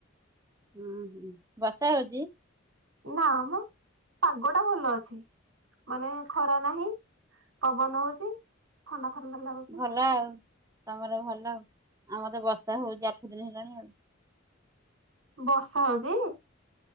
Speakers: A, on the right (about 15°); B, on the right (about 75°).
A: ହୁଁ ହୁଁ ବସା ହୋଉଚି।
B: ନା ମ ପାଗ ଟା ଭଲ ଅଛି। ମାନେ ଖରା ନାହିଁ ପବନ ହଉଚି ଥଣ୍ଡା ଥଣ୍ଡା ଲାଗୁ
A: ଭଲ ଆଉ ତମର ଭଲ ଆମର ତ ବର୍ଷା ହଉଛି ଆଠ ଦିନ ହେଲାଣି ଆଉ।
B: ବର୍ଷା ହଉଚି।